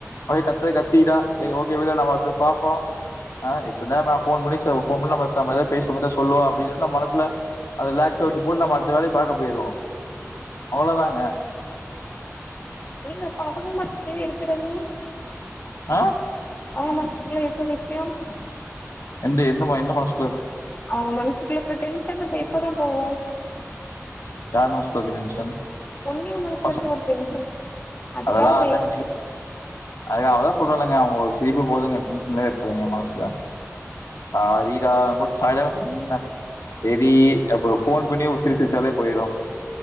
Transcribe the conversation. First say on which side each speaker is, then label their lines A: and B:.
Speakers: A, on the left; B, on the left.
A: அவ கத்தற கத்திட்டா செரி ஓகே விடு நா வந்து பாப்போ ஆ இப்பதா நா ஃபோன் பண்ணி ச போம்போது நம்ம சமாதாமா பேசமாட்டா சொல்லுவோ அப்டின்னு நா மனசுல அது ரிலாக்ஸா விட்டுப் போட்டு நம்ம அடுத்த வேலைய பாக்கப் போயிருவோ அவ்ளோதாங்க
B: எங்க அப்பாக்கு மனசுக்குள்ளே இருக்கிறது
A: ஆ
B: அவுங்க மனசுக்குள்ள இருக்க விஷ்யம்
A: எந்த என்னம்மா எந்த மனசு
B: அவுங்க மனசுக்குள்ள இருக்க டென்ஷன் அப்ப எப்பதா போவு
A: யார் மனசுக்குள்ள இருக்க டென்ஷன்
B: பொண்ணுங்க மனசுல
A: பசக்
B: இருக்க ஒரு டென்ஷன் அதுக்காக
A: அதெல்லா
B: அவங்க
A: ஆட்டோமேட்டிக்கா அதுக்காகதா சொல்றேல்லங்க அவுங்களோட சிரிப்பு போதுங்க டென்ஷன்லே இருக்காதுங்க மனசுல சாரிடா நா கூட் ஃபைனலா சொன்ன செரி அப்ற ஃபோன் பண்ணி ஒரு சிரி சிரிச்சாலே போயிரு